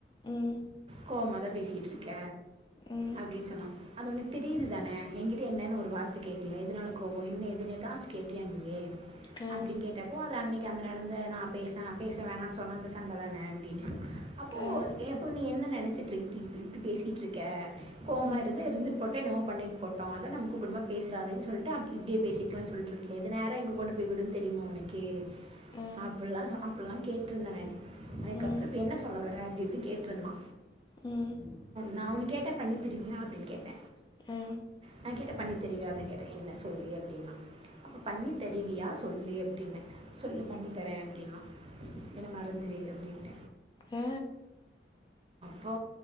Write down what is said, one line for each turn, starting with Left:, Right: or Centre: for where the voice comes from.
Left: ம்
Right: கோவமாதா பேசிட்டுருக்க
Left: ம்
Right: அப்டின் சொன்னா அது ஒனக்கு தெரியுதுதான எகிட்ட என்னனு ஒரு வார்த்த கேட்டியா எதுனால கோவோ என்ன ஏதுன் எதாச்சு கேட்டியா நீயி
Left: ஆ
Right: அப்டின் கேட்ட போ அது அன்னைக்கு அந்த நடந்த நா பேசன் பேச வேணான் சொன்ன அந்த சண்ட தான அப்டின்னா அப்போ
Left: ஆ
Right: அப்போ நீ என்ன நெனச்சிட்ருக் இப்டி பேசிட்ருக்க கோவமா
Left: ம்
Right: இருந்தா இருந்து போட்டு என்னவோ பண்ணிட்டு போட்டூ அதா நம்ம கூப்படும் போது பேசறாலேன் சொல்ட்டு அப்டி இப்டியே பேசிக்கலா சொல்ட்டு கெது நேரா எங்க கொண்டு போய் விடும் தெரியுமா உனக்கே
Left: ஆ
Right: அப்புல்லா அப்புல்லா கேட்டுருந்த நானு அதுக்கப்புறோ
Left: ம்
Right: இப்ப என்ன சொல்ல வர அப்டி இப்டி கேட்ருந்தா
Left: ம்
Right: நா ஒன்னு கேட்டா பண்ணி தருவியா அப்டின் கேட்ட
Left: ஆ
Right: நா கேட்டா பண்ணி தெரிவியா அப்டின் கேட்டன என்ன சொல்லு அப்டின்னா அப்போ பண்ணி தெருவியா சொல்லு அப்டின்ன சொல்லு பண்ணி தர அப்டின்னா என்ன மறந்துரு அப்டின்ட
Left: ஆ
Right: போ